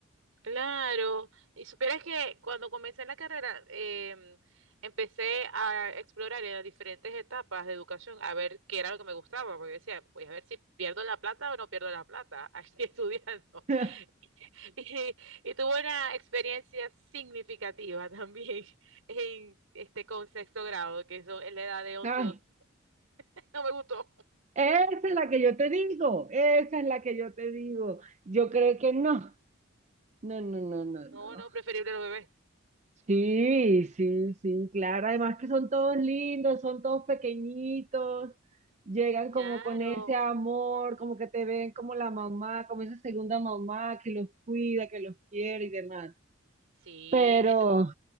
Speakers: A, on the right; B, on the right.
A: Claro, y supieras que cuando comencé en la carrera, em, empecé a explorar en las diferentes etapas de educación a ver qué era lo que me gustaba, porque decía, pues a ver si pierdo la plata o no pierdo la plata, aquí <laughs> estudiando.
B: <laughs>
A: <laughs> Y, y tuve una experiencia significativa también <laughs> en este con sexto grado, que eso es la edad de once
B: Ay,
A: doce <laughs> No me gustó.
B: Esa es la que yo te digo, esa es la que yo te digo. Yo creo que no, no, no, no, no, no.
A: No, no, preferible los bebés.
B: Sí, sí, sí, claro. Además que son todos lindos, son todos pequeñitos, llegan
A: Claro.
B: como con ese amor, como que te ven como la mamá, como esa segunda mamá que los cuida, que los quiere y demás.
A: Sí,
B: Pero,